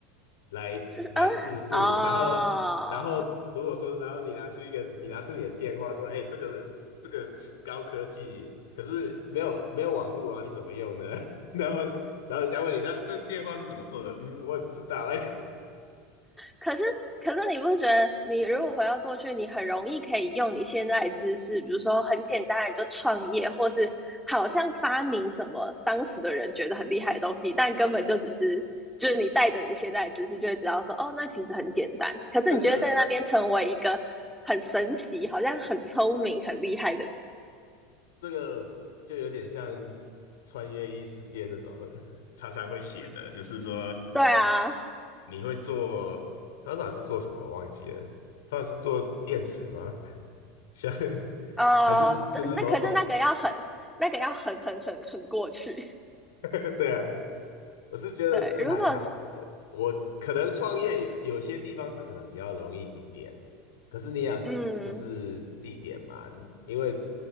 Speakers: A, on the left; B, in the centre.
A: 来来致富，
B: 是嗯，哦。
A: 然后然后如果说然后你拿出一个你拿出你的电话说，哎，这个这个高科技，可是没有没有网络啊，你怎么用呢？<laughs> 然后然后人家问你，那这个电话是怎么做的？嗯，我也不知道哎。<laughs>
B: 可是，可是你不觉得，你如果回到过去，你很容易可以用你现在的知识，比如说很简单的你就创业，或是好像发明什么当时的人觉得很厉害的东西，但根本就只是就是你带着你现在的知识，就会知道说，哦，那其实很简单。可是你觉得在那边成为一个很神奇，
A: 那个
B: 好像很聪明、很厉害的人，
A: 这个就有点像穿越异世界那种，<laughs> 常常会写的，就是说
B: 对啊，
A: 你会做，常常是做什么我忘记了，通常是做电池吗？<laughs> 像
B: 呃，
A: 还是就是某种，
B: 那可是那个要很。那个要很很很很过去，
A: <laughs> 对啊，我是觉得是还好，
B: <laughs> 对。如果
A: 我可能创业有些地方是可能比较容易一点，可是你也要就是地点嘛，
B: 嗯
A: 因为